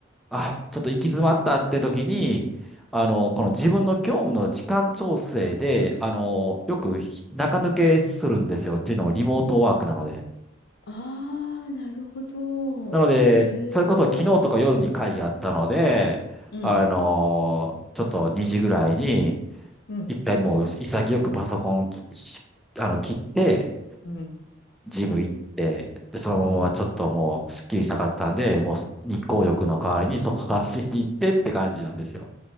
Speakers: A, in the centre; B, on the left (about 60°).
A: あ、ちょっと行き詰まったって時に、あの、この自分の業務の時間調整で、あの、よく中抜けするんですよ。っていうのもリモートワークなので。
B: ああ、なるほど。
A: なので、
B: へえ。
A: それこそ昨日とか夜に会議あったので、
B: うん。
A: あの、ちょっと2時ぐらいに、
B: うん。
A: 一回もう潔くパソコンき、あの、切って、
B: うん。
A: ジム行って、で、そのままちょっともう、
B: うん。
A: すっきりしたかったんで、もう日光浴の代わりに外走りに行ってって感じなんですよ。